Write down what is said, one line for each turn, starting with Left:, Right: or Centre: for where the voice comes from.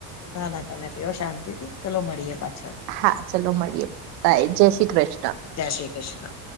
Left: ના ના તમે પીઓ શાંતિથી ચલો મળીએ પા
Right: હા ચલો મળીએ. બાય, જય શ્રી કૃષ્ણ.
Left: જય શ્રી કૃષ્ણ.